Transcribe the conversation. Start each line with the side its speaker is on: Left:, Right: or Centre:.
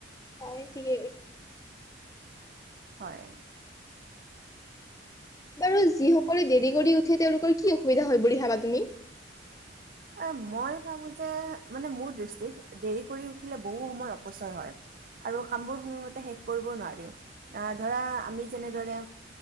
Left: অ ঠিকে।
Right: হয়।
Left: বাৰু যিসকলে দেৰি কৰি উঠে। তেওঁলোকৰ কি অসুবিধা হয়। বুলি ভাবা তুমি।
Right: এ মই ভাবো যে মানে মোৰ দৃষ্টিত দেৰি কৰি উঠিলে বহু সময় অপচয় হয় আৰু কামবোৰ সময়মতে শেষ কৰিব নোৱাৰি। অহ ধৰা আমি যেনেদৰে